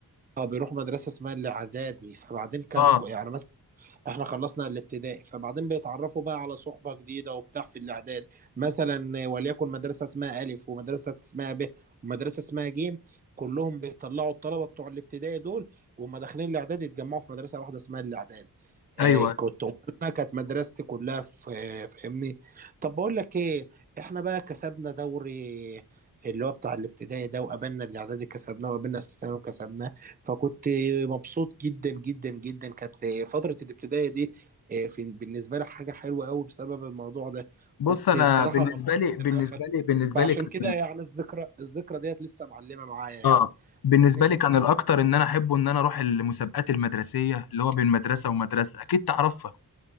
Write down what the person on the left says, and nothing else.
اه
ايوه
بص
انا
آه، بالنسبه
لي بالنسبه
لي بالنسبه
لي كان
اه بالنسبه
لي كان الاكتر ان انا احبه ان انا اروح المسابقات المدرسيه اللي هو بين مدرسه ومدرسه اكيد تعرفها